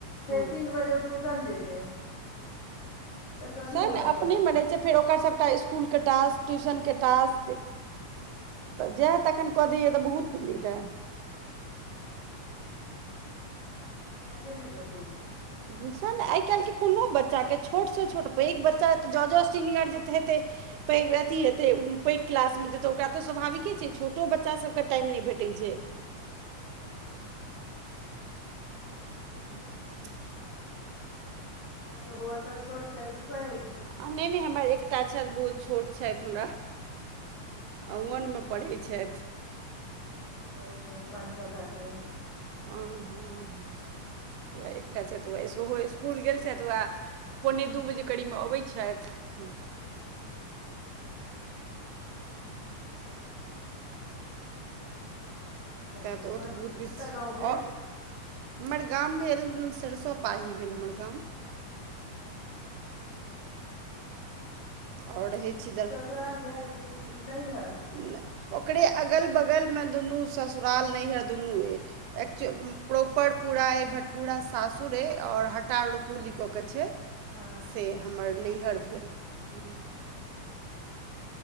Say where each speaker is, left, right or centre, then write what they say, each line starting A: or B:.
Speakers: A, on the left (about 70°); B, on the right (about 85°).
A: फेर
B: हँ
A: तीन बजे ओ ट्यूशन जेतै तऽ कथी
B: सेएह
A: हमरा
B: ने
A: कऽ
B: अपने
A: देतै
B: मे रहै छै, फेर ओकर सभटा स्कुल के टास्क ट्यूशनके टास्क
A: हँ
B: तऽ जएह तखैन कऽ दैयेए तऽ बहुत भेलै ने।
A: टाइमे नहि बचै छै।
B: ट्युशन ने आइ काल्हिके कोनो बच्चाके छोटसँ छोट पैघ बच्चा तऽ जँ -जँ सीनियर जेत हेतै। पैघ अथि हेतै, ओ पैघ क्लासमे जेतै ओकरा तऽ स्वाभाविके छै, छोटो बच्चासबकेँ टाइम नहि भेटैत छै।
A: हाँ
B: अथी छै।
A: अहाँके बौआ सब छोट छैथ कि पैघ।
B: आ नहि-नहि हमरा एकटा छथि, बहुत छोट छथि हमरा।
A: अच्छा
B: आ वन मऽ पढ़ैत छथि।
A: तहन तऽ बहुत छोट पाँच छ सालके हेथिन।
B: हँ -हँ वैह एकटा छथि, वैह सेहो स्कुल गेल छथि। वैह पोने दू बजे करीबमे अबै छथि।
A: हँ। आओर सब
B: तैँ
A: कहियौ,
B: तऽ ओ
A: अहाँ
B: तऽ बहुत बेसी
A: कतऽ गाँव भेल
B: औ हमर गाम भेल, सरसोपाही भेल हमर गाम।
A: अच्छा। सरसोपाही
B: आओर रहै छी
A: ससुराल यै कि नैहर।
B: नऽ ओकरे अगल बगलमे दुनू ससुराल, नैहर दुनू अय।
A: हँ
B: एक्चु प्रॉपर पूरा अइ भटपूरा सासुर अइ, आओर हटारुपौली कऽ कऽ छै
A: हँ।
B: से हमर नैहर भेल। हँ